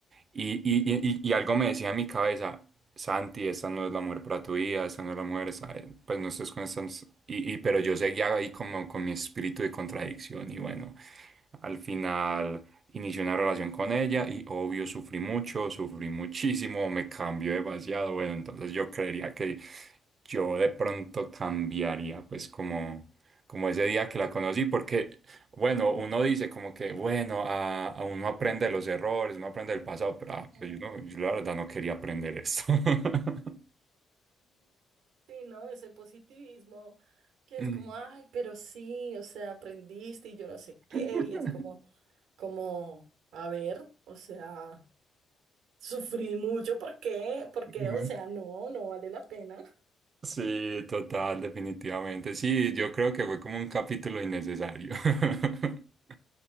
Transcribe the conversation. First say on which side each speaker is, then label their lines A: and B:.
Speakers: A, on the right (about 45°); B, on the right (about 85°).
A: Y, y, y, y y algo me
B: sí.
A: decía en mi cabeza, Santi, esta no es la mujer para tu vida, esta no es la mujer, esta- eh, pues no estés con estas... Y, y, pero yo seguía ahí como con mi espíritu de contradicción y bueno, al final... Inicié una relación con ella y obvio sufrí mucho, sufrí muchísimo, me cambió demasiado. Bueno, entonces yo creería que yo de pronto cambiaría, pues como, como ese día que la conocí, porque, bueno, uno dice como que, bueno, a, a uno aprende de los errores, uno aprende del pasado, pero, ah,
B: Ujú.
A: pero yo, no- yo la verdad no quería aprender esto. <laughs>
B: Sí, ¿no? Ese positivismo que
A: Mm.
B: es como, ay, pero sí, o sea, aprendiste y yo no sé qué,
A: <laughs>
B: y es como, como, a ver, o sea, sufrí mucho, ¿por qué? Porque,
A: Ujú.
B: o sea, no, no vale la pena.
A: Sí, total, definitivamente. Sí, yo creo que fue como un capítulo innecesario. <laughs>